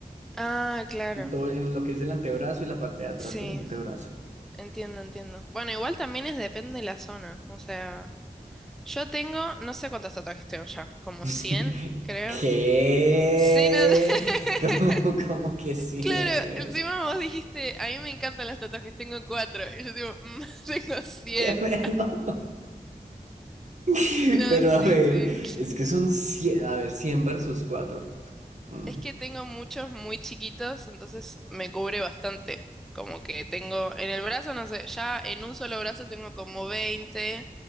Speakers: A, in the centre; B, on the right.
A: Ah, claro.
B: en todo, en lo que es el antebrazo y la parte de atrás
A: Sí,
B: del antebrazo.
A: entiendo, entiendo. Bueno, igual también es depende de la zona. O sea, yo tengo, no sé cuántos tatuajes tengo ya, como
B: <laughs>
A: 100, creo.
B: ¿Qué?
A: Sí, no, <laughs>
B: ¿Cómo, cómo que sí?
A: claro,
B: <laughs>
A: encima vos dijiste, a mí me encantan los tatuajes, tengo cuatro. Y yo digo, "Mm, <laughs> tengo cien.
B: Bueno, <laughs>
A: No,
B: pero
A: sí,
B: a ver,
A: sí.
B: es que son 100 a ver, 100 versus cuatro Mm.
A: Es que tengo muchos muy chiquitos, entonces me cubre bastante. Como que tengo en el brazo, no sé, ya en un solo brazo tengo como 20,